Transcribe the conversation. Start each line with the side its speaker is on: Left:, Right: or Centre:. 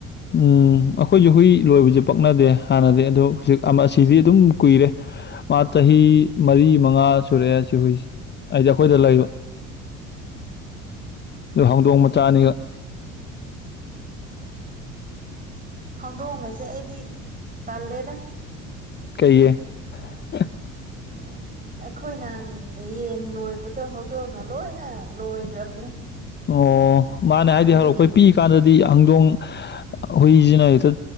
Left: ꯎꯝ ꯑꯩꯈꯣꯏꯖꯨ ꯍꯨꯏ ꯂꯣꯏꯕꯁꯦ ꯄꯛꯅꯗꯦ ꯍꯥꯟꯅꯗꯤ ꯑꯗꯣ ꯍꯧꯖꯤꯛ ꯑꯁꯤꯗꯤ ꯑꯗꯨꯝ ꯀꯨꯏꯔꯦ ꯃꯥ ꯆꯍꯤ ꯃꯔꯤ ꯃꯉꯥ ꯁꯨꯔꯛꯑꯦ ꯁꯤ ꯍꯨꯏꯁꯦ ꯍꯥꯏꯗꯤ ꯑꯩꯈꯣꯏꯗ ꯂꯩꯕ ꯍꯧꯗꯣꯡ ꯃꯆꯥꯅꯤꯒ
Right: ꯍꯧꯗꯣꯡꯒꯁꯦ ꯑꯩꯗꯤ ꯇꯜꯂꯦꯗ
Left: ꯀꯩꯌꯦ <unintelligible>
Right: ꯑꯣ ꯑꯩꯈꯣꯏꯅ ꯌꯦꯟ ꯂꯣꯏꯕꯗꯣ ꯍꯧꯗꯣꯡꯅ ꯂꯣꯏꯅ ꯂꯣꯏꯈ꯭ꯔꯕꯅꯦ
Left: ꯑꯣ ꯃꯥꯅꯦ ꯍꯥꯏꯗꯤ
Right: ꯑꯗꯨꯒꯤ
Left: ꯍꯧꯔꯛꯄꯩ ꯄꯤꯛꯏ ꯀꯥꯟꯗꯗꯤ ꯍꯧꯗꯣꯡ ꯍꯨꯏꯁꯤꯅ ꯍꯦꯛꯇ